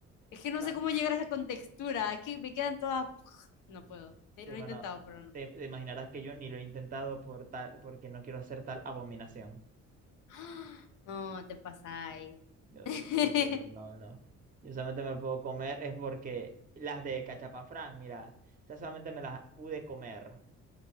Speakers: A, on the left; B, on the right.
A: Es que no
B: no.
A: sé cómo llegar a esa contextura, es que me quedan todas, no puedo. Eh,
B: Sí,
A: Lo
B: bueno,
A: he intentado, pero no.
B: te, te imaginarás que yo ni lo he intentado por tal, porque no quiero hacer tal abominación.
A: <gasps> No, te pasáis.
B: No,
A: <laughs>
B: lo siento, no, no. Yo solamente me puedo comer es porque las de Cachapafrán, mira, esas solamente me las pude comer.